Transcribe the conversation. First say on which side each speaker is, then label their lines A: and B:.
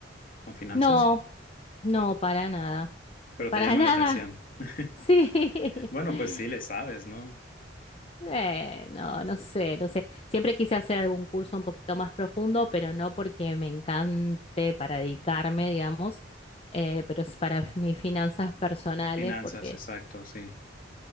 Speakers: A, on the left (about 50°); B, on the left (about 30°).
A: con finanzas?
B: no, no, para nada,
A: Pero
B: para
A: te llama
B: nada.
A: la atención. <laughs>
B: Sí.
A: Bueno,
B: <laughs>
A: pues sí, le sabes, ¿no?
B: Eh, no,
A: Sí.
B: no sé,
A: sí.
B: no sé. Siempre quise hacer algún curso un poquito más profundo, pero no porque me encante para dedicarme, digamos, eh, pero es para mis finanzas personales,
A: Finanzas,
B: porque
A: exacto, sí.